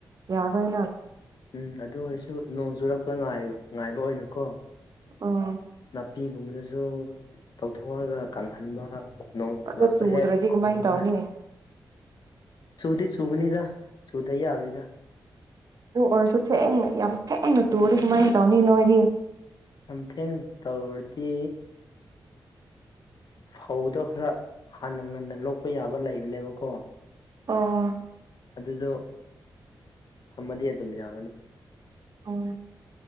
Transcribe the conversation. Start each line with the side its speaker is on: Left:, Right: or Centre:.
Right: ꯌꯥꯔꯣꯏꯅ
Left: ꯎꯝ ꯑꯗꯨ ꯑꯣꯏꯔꯁꯨ ꯅꯣꯡ ꯆꯨꯨꯔꯛꯄꯗ ꯉꯥꯏꯕ ꯑꯣꯏꯅꯀꯣ
Right: ꯎꯝ
Left: ꯅꯨꯄꯤꯒꯨꯝꯕꯗꯁꯨ ꯇꯧꯊꯣꯛꯑꯒ ꯀꯪꯍꯟꯕ ꯅꯣꯡꯇ
Right: ꯑꯗꯣ
Left: ꯂꯥꯛꯄ
Right: ꯆꯨꯗ꯭ꯔꯗꯤ
Left: ꯍꯦꯛ ꯀꯣꯏꯅꯤꯡꯉꯥꯏ
Right: ꯀꯃꯥꯏꯅ ꯇꯧꯅꯤ
Left: ꯁꯨꯗꯤꯤ ꯁꯨꯒꯅꯤꯗ ꯁꯨꯗ ꯌꯥꯔ ꯑꯣꯏꯣꯏꯗ
Right: ꯑꯗꯨ ꯑꯣꯏꯔꯁꯨ ꯊꯦꯡꯉ ꯌꯥꯝ ꯊꯦꯡꯅ ꯇꯨꯔꯗꯤ ꯀꯃꯥꯏꯅ ꯇꯧꯅꯤ ꯅꯣꯏꯗꯤ
Left: ꯌꯥꯝꯊꯦꯡ ꯇꯧꯔꯗꯤ ꯐꯧꯗ ꯈꯔ ꯍꯥꯟꯅ ꯉꯟꯅ ꯂꯣꯛꯄ ꯌꯥꯕ ꯂꯩꯕꯅꯦꯕꯀꯣ
Right: ꯑꯣ
Left: ꯑꯗꯨꯗꯣ ꯊꯝꯃꯗꯤ ꯑꯗꯨꯝ ꯌꯥꯒꯅꯤ
Right: ꯎ